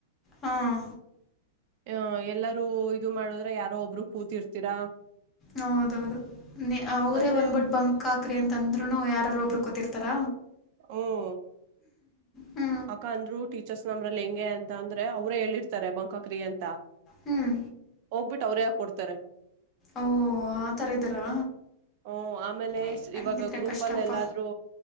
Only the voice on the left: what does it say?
ಹಾಂ
ಹೌದೌದು ಅವರೇ
ಬಂದ್ಬಿಟ್ ಬಂಕ್ ಹಕಾಕ್ರಿ ಅಂತಂದ್ರು ಯಾರೂ ಒಬ್ಬರು ಕೂತಿರ್ತಾರ
ಹ್ಞೂ
ಹ್ಮ್
ಓ ಆ ತರ ಇದ್ದಾರಾ
ಏ, ಹಂಗಿದ್ರೆ
ಕಷ್ಟಪ್ಪ